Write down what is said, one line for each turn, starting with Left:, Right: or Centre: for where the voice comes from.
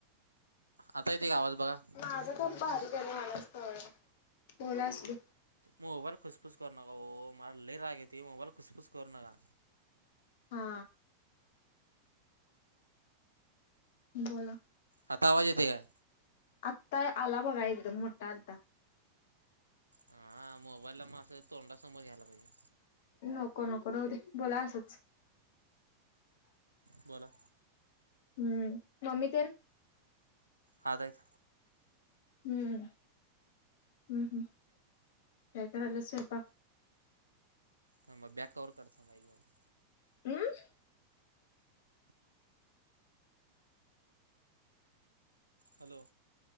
Right: आता येतेय का गावाज बघा.
Left: माझं खप बारीक होयलय मलाच कळना बोला असुदे
Right: मोबाईल खुसफुस करू नका मला ल रागे त मोबाईल खुस खुस करू नका.
Left: हा. बोला.
Right: आता आवाज येते काय?
Left: आत्ता आला बघा एकदम मोठा आलता.
Right: हा हा मोबाईलला मं अस तोंडासमोर घ्यायला पाहिजे.
Left: नको नको राहू दे बोला असंच.
Right: बोला.
Left: हम्म मम्मी तेन.
Right: हायत हायत.
Left: हम्मम हम्म हम्म काय करल्यात सयंपाक.
Right: थांबा बॅक कवर करतो थांबा एक मिनिट.
Left: हमं.
Right: हॅलो.